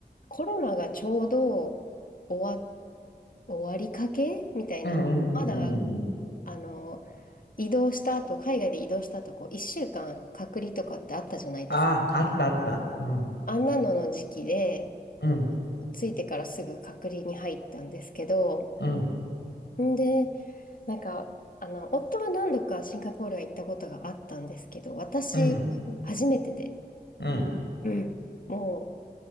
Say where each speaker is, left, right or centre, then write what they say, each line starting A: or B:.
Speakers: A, on the left (about 50°); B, on the left (about 80°).
A: コロナがちょうど終わ、終わりかけみたいな、
B: うん。うん。
A: まだ、
B: うん。うん。
A: あの、移動した後、海外で移動した後、こう、1週間隔離とかってあったじゃないですか。
B: あ、あったあった。うん。
A: あんなのの時期で、
B: うん。
A: ついてからすぐ隔離に入ったんですけど、
B: うん。
A: んで、なんか、あの、夫は何度かシンガポールは行ったことがあったんですけど、私、
B: うん。
A: 初めてで、
B: うん。
A: うん、も